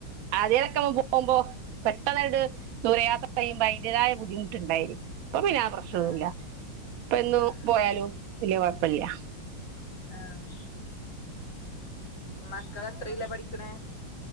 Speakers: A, on the right; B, on the left.
A: ആദൃൊക്കെ പോവുമ്പോ പെട്ടെന്നിട്
B: ആഹ്
A: ദൂരെ യാത്ര പറയുമ്പയി അതിൻ്റേതായ ബുദ്ധിമുട്ടായി പ്പോ പിന്നെ ആ പ്രശ്നോന്നുമില്ല
B: ആഹ്
A: പ്പോ എന്നും
B: ആഹ് ആഹ്
A: പോയാലും വലിയ കൊഴപ്പ ഇല്ല
B: ആഹ് മക്കൾ എത്രിലാ പഠിക്കുന്നെ